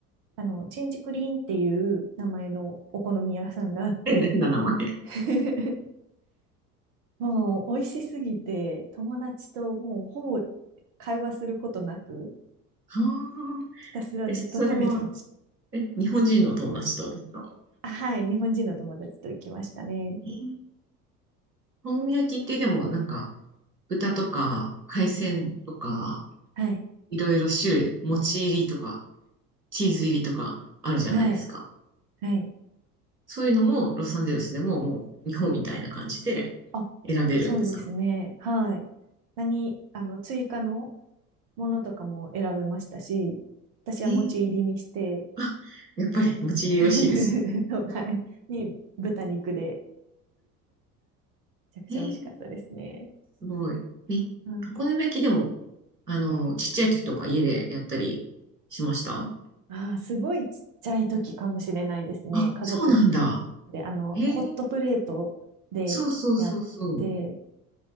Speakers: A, on the right; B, on the right.
A: あの、チンジクリーンっていう名前のお好み屋さんがあって、
B: <laughs> 変な変な名前。
A: <laughs> もう美味しすぎて、友達ともうほぼ会話することなく、
B: ああ、
A: ひたすらずっと食べてました。
B: え、それは、え、日本人の友達と行ったの
A: あはい。日本人の友達と行きましたね。
B: へえ、お好み焼きってでもなんか豚とか海鮮とか
A: はい。
B: いろいろ種類、餅入りとかチーズ入りとかあるじゃないですか。
A: はい。はい。
B: そういうのもロサンゼルスでももう日本みたいな感じで
A: あ、
B: 選べるんですか
A: そうですね。はい。何、あの、追加のものとかも選べましたし、私は持ち入りにして、
B: えー、あ、やっぱり餅入り美味しいです。
A: <laughs> はい。に、豚肉で、めちゃくちゃ美味しかったですね。
B: えー、すごい。え、
A: うん。
B: お好み焼きでも、あの、ちっちゃい時とか家でやったりしました
A: ああ、すごいちっちゃい時かもしれないですね。
B: あ、
A: 家族
B: そうなんだ。
A: で、あの、
B: へえ
A: ホットプレートでやって、
B: そうそうそうそう。